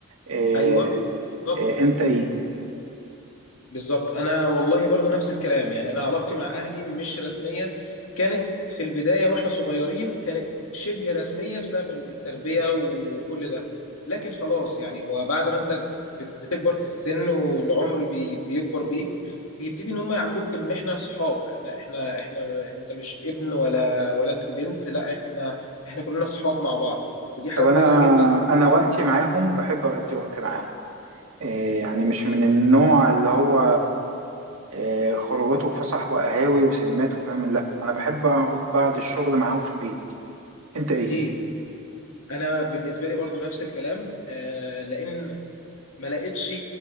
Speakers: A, on the right (about 85°); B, on the left (about 80°).
A: إيه
B: ايوه بالظبط
A: إيه أنت إيه
B: بالظبط انا والله برضو نفس الكلام يعني انا علاقتي مع اهلي مش رسميه كانت في البدايه واحنا صغيرين كانت شبه رسميه بسبب التربيه وكل ده لكن خلاص يعني هو بعد ما انت بت- بتكبر في السن والعمر بي بيكبر بيك بيبتدي ان هم يعاملوك ان احنا اصحاب احنا احنا احنا انت مش ابن ولا ولا انت بنت لا احنا احنا كلنا اصحاب مع بعض ودي حاجه
A: طب أنا
B: كويسه جدا
A: أنا وقتي معاهم بحب أقضي وقت معاهم إيه يعني مش من النوع اللي هو إيه خروجات وفسح وقهاوي وسينمات وكلام من- لا أنا بحب أقعد بعد الشغل معاهم في البيت أنت إيه
B: اكيد انا بالنسبه لي برضو نفس الكلام آه، لان ما لقيتش